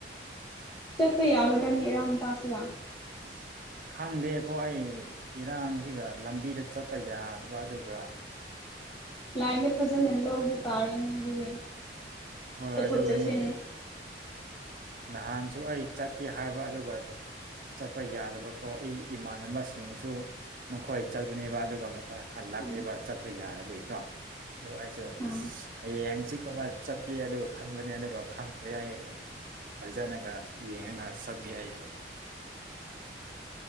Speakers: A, on the left (about 20°); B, on the right (about 50°).
A: ꯆꯠꯄ ꯌꯥꯒꯗ꯭ꯔꯥꯅꯤ ꯏꯔꯥꯡ ꯇꯥꯁꯤꯒ
B: ꯎꯝ ꯈꯪꯗꯦꯀꯣ ꯑꯩ ꯏꯔꯥꯡꯁꯤꯒ ꯂꯝꯕꯤꯗ ꯆꯠꯄ ꯌꯥꯗꯕ ꯑꯗꯨꯒ
A: ꯂꯥꯏꯟꯗ ꯐꯖꯅ ꯂꯧꯕ ꯇꯥꯔꯦꯅꯦ ꯑꯗꯨꯗꯤ
B: ꯍꯣꯏ
A: ꯆꯠꯊꯣꯛ
B: ꯑꯗꯨꯒꯅꯤ
A: ꯆꯠꯊꯟ
B: ꯅꯍꯥꯟꯁꯨ ꯑꯩ ꯆꯠꯀꯦ ꯍꯥꯏꯕ ꯑꯗꯨꯒ ꯆꯠꯄ ꯌꯥꯗꯕꯀꯣ ꯏ ꯏꯃꯥꯟꯅꯕꯁꯤꯡꯁꯨ ꯃꯈꯣꯏ ꯆꯠꯄꯅꯦꯕ ꯑꯗꯨꯒ ꯃꯈꯣꯏ ꯍꯜꯂ ꯂꯥꯛꯑꯦꯕ
A: ꯎꯝ
B: ꯆꯠꯄ ꯌꯥꯔꯕ ꯏꯗꯣ ꯑꯗꯨꯗ ꯑꯩꯁꯨ
A: ꯑꯥ
B: ꯍꯌꯦꯡꯁꯤ ꯀꯃꯥꯏ ꯆꯠꯀꯦ ꯑꯗꯨꯒ ꯈꯟꯕꯅꯦ ꯑꯗꯨꯒ ꯈꯪꯗꯦ ꯑꯩ ꯐꯖꯅꯒ ꯌꯦꯡꯉꯒ ꯁꯛꯕꯤ ꯑꯩꯁꯨ